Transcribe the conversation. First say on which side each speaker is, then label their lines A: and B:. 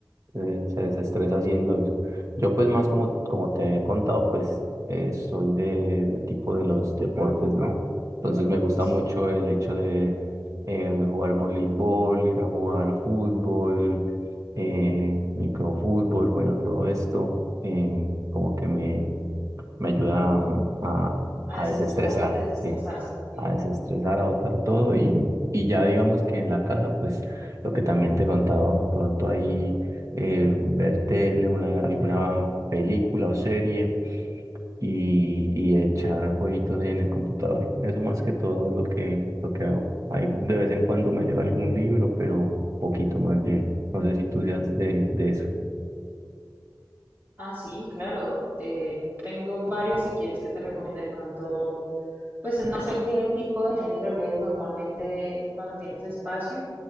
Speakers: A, on the right; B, on the right.
A: eh, se desestresa haciendo eso. Yo pues más como, como te he contado, pues eh, soy de, de tipo de los deportes, ¿no? Entonces me gusta
B: Sí,
A: mucho el hecho de eh, jugar voleibol, ir a jugar fútbol eh, microfútbol, bueno, todo esto, eh, como que me, me ayuda a, a-
B: a
A: a
B: desestresar-
A: desestresar,
B: desestresarse.
A: sí,
B: Sí.
A: a desestresar, a botar todo y, y ya digamos que en la casa, pues lo que también te he contado, de pronto ahí eh, ver tele, una, alguna película o serie y, y echar jueguitos ahí en el computador. Eso más que todo es lo que, lo que hago. Ahí de vez en cuando me leo algún libro, pero poquito más bien. No sé si tú seas de, de eso.
B: Ah, sí, claro. eh, tengo varios si quieres que te recomiende de pronto Pues no sé qué tipo de género lees normalmente cuando tienes espacio.